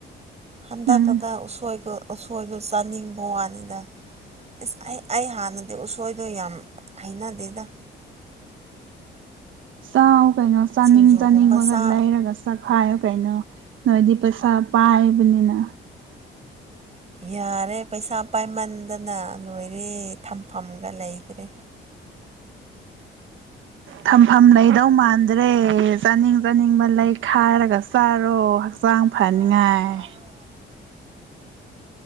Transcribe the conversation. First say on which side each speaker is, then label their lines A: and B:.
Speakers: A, on the right (about 35°); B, on the right (about 75°).
A: ꯍꯟꯗꯛ
B: ꯎꯝ
A: ꯈꯛꯇ ꯎꯁꯣꯏꯒ ꯎꯁꯣꯏꯗꯣ ꯆꯥꯅꯤꯡꯕ ꯋꯥꯅꯤꯗ ꯏꯁ ꯑꯩ ꯑꯩ ꯍꯥꯟꯅꯗꯤ ꯎꯁꯣꯏꯗꯣ ꯌꯥꯝ ꯍꯩꯅꯗꯦꯗ
B: ꯆꯥꯎ ꯀꯩꯅꯣ ꯆꯥꯅꯤꯡ
A: ꯁꯤꯡꯖꯨꯒꯨꯝꯕ
B: ꯆꯥꯅꯤꯡꯕꯒ
A: ꯆꯥ
B: ꯂꯩꯔꯒ ꯆꯥꯈꯥꯏꯌꯣ ꯀꯩꯅꯣ ꯅꯣꯏꯗꯤ ꯄꯩꯁꯥ ꯄꯥꯏꯕꯅꯤꯅ
A: ꯌꯥꯔꯦ ꯄꯩꯁꯥ ꯄꯥꯏꯃꯟꯗꯅ ꯂꯣꯏꯔꯦ ꯊꯝꯐꯝꯒ ꯂꯩꯇ꯭ꯔꯦ
B: ꯊꯝꯐꯝ ꯂꯩꯗꯧ ꯃꯥꯟꯗ꯭ꯔꯦ ꯆꯥꯅꯤꯡ ꯆꯥꯅꯤꯡꯕ ꯂꯩꯈꯥꯏꯔꯒ ꯆꯥꯔꯣ ꯍꯛꯆꯥꯡ ꯐꯅꯤꯡꯉꯥꯏ
A: ꯊꯥꯔꯒ ꯆꯥꯔꯣ
B: <inaudible>